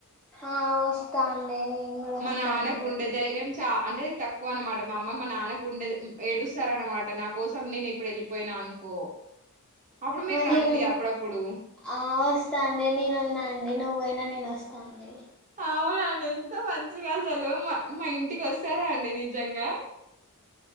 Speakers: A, in the centre; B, on the right (about 35°).
A: ఆ వస్తా అండి కూడా
B: మన
A: వస్తా
B: నాన్న
A: అండి
B: గుండె ధైర్యం చ అంటే తక్కువ అనమాట మా అమ్మ మన నాన్న గు గుండె ఏడుస్తారన్న మాట నా కోసం నేను ఇప్పుడు వెళ్ళిపోయినా అనుకో అప్పుడు మీరు రండి
A: నేను
B: అప్పుడప్పుడు.
A: ఆ వస్తాండి నేనున్నాండి నువ్వ పోయిన నేను వస్తాం లే
B: అవునండి ఎంత మంచిగాజలు ఎల్లమ్మ మా ఇంటికి వస్తారా అండి నిజంగా